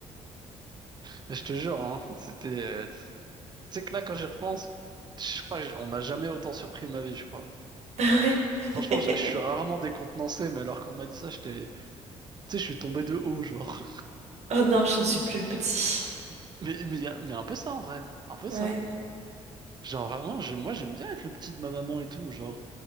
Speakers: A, on the right; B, on the right.
A: <laughs> Je te jure, hein, c'était... euh, Tu sais que là, quand j'y repense, je crois que j- on m'a jamais autant surpris de ma vie, je crois.
B: Ah Ouais.
A: Franchement,
B: <laughs>
A: je, je suis rarement décontenancé, mais alors qu'on m'a dit ça, j'étais... Tu sais, je suis tombé de haut, genre.
B: Oh non, je ne suis
A: <laughs>
B: plus le petit.
A: Mais, mais, y a- mais un peu ça, en vrai. Un peu ça.
B: Ouais.
A: Genre, vraiment, je, moi, j'aime bien être le petit de ma maman et tout, genre.